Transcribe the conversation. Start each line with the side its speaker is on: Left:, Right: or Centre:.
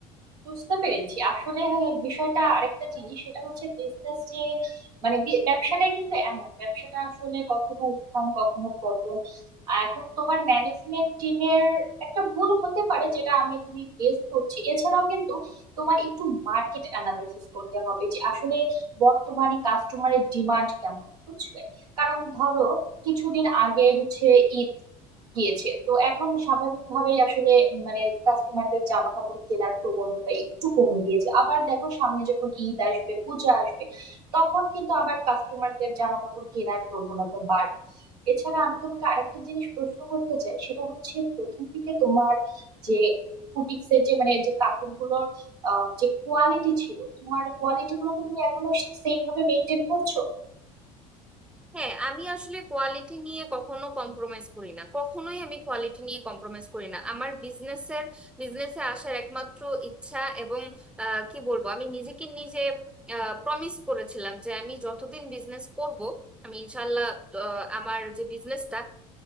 Right: বুঝতে পেরেছি আসলে বিষয়টা আরেকটা জিনিস সেটা হচ্ছে বিজনেস যে মানে বি- ব্যবসাটাই কিন্তু এমন ব্যবসাটা আসলে কখনো উত্থান কখনো পতন আর এখন তোমার ম্যানেজমেন্ট টিমের একটা ভুল হতে পারে যেটা আমি তুমি গেস করছি এছাড়াও কিন্তু তোমার একটু মার্কেট অ্যানালাইসিস করতে হবে যে আসলে বর্তমানে কাস্টমারের ডিমান্ড কেমন বুঝলে কারণ ধরো কিছুদিন আগে হচ্ছে ঈদ গিয়েছে তো এখন স্বাভাবিকভাবেই আসলে মানে কাস্টমারদের জামা কাপড় কেনার প্রবণতা একটু কমে গিয়েছে আবার দেখো সামনে যখন ঈদ আসবে পূজা আসবে তখন কিন্তু আবার কাস্টমারদের জামা কাপড় কেনার প্রবণতা বাড়বে এছাড়া আমি তোমাকে আরেকটা জিনিস প্রশ্ন করতে চাই সেটা হচ্ছে প্রথম দিকে তোমার যে বুটিক্সের যে মানে যে কাপড়গুলোর আহ, যে কোয়ালিটি ছিল তোমার কোয়ালিটি গুলোকে তুমি এখনো সেম ভাবে মেনটেন করছো
Centre: হ্যাঁ আমি আসলে কোয়ালিটি নিয়ে কখনো কম্প্রোমাইজ করি না কখনোই আমি কোয়ালিটি নিয়ে কম্প্রোমাইজ করি না আমার বিজনেসের বিজনেসে আসার একমাত্র ইচ্ছা এবং আহ, কি বলবো আমি নিজেকে নিজে প্রমিস করেছিলাম যে আমি যতদিন বিজনেস করব আমি ইনশাল্লাহ আহ, আমার যে বিজনেসটা